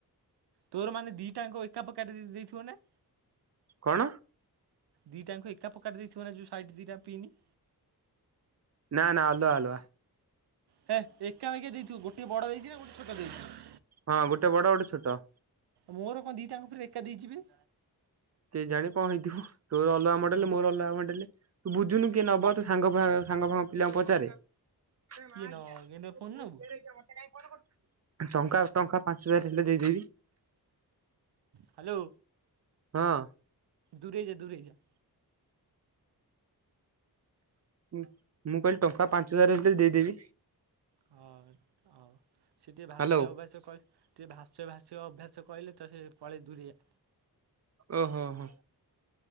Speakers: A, on the right (about 90°); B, on the right (about 45°).
A: ତୋର ମାନେ ଦିଟାଙ୍କ ଏକା <unintelligible> ଦେଇଥିବ ନା?
B: କଣ?
A: ଦିଟାଙ୍କୁ ଏକା ପ୍ରକାରରେ ଦେଇଥିବ ନା ଯଉ ସାଇଡ ଦିଟା ପିଇନି।
B: ନା ନା ଅଲୁଆ ଅଲୁଆ।
A: ହେ ଏକା ଏକା ଦେଇଥିବ ଗୋଟେ ବଡ ଦେଇଥିବେ ଗୋଟେ ଛୋଟ ଦେଇଥିବେ
B: ହଁ ଗୋଟେ ବଡ ଗୋଟେ ଛୋଟ।
A: ମୋର କଣ ଦିଟାଙ୍କ ପୁରା ଏକା ଦେଇଚିବେ।
B: କେଜାଣି କଁ ହେଇଥିବ ତୋର ଅଲଗା ମଣ୍ଡେଲେ
A: ଦେ
B: ମୋର ଅଲଗା ମଣ୍ଡେଲେ ତୁ ବୁଝୁନୁ କିଏ ନବ
A: ମ
B: ତୁ <unintelligible>
A: କିଏ ନ ଗେଣ୍ଡୁଆ ଫୋନ୍ ନବୁ
B: ଟଙ୍କା ଟଙ୍କା ପାଞ୍ଚ ହଜାର ହେଲେ ଦେଇଦେବି।
A: ହ୍ୟାଲୋ।
B: ହଁ।
A: ଦୂରେଇଯା ଦୂରେଇଯା।
B: ଉଁ ମୁଁ କଇଲି ଟଙ୍କା ପାଞ୍ଚ ହଜାରେ ହେଲେବି ଦେଇଦେବି।
A: ହଁ ହଉ ସେଠି ଭାସ
B: ହ୍ୟାଲୋ
A: ଅଭସା କ ଟିକେ ଭାସ୍ୟ ଭାସ୍ୟ ଅଭ୍ୟାସ କଇଲେ ତ ସେ ପଳେଇ ଦୂରେଇଆ।
B: ଓହୋ ହୋ।